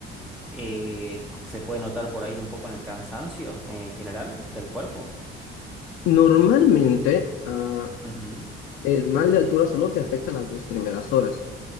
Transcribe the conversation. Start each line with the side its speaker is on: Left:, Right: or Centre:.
Centre: eh, ¿se puede notar por ahí un poco en el cansancio en general del cuerpo?
Left: Normalmente, ah,
Centre: Ujú.
Left: el mal de altura solo te afecta las dos primeras horas.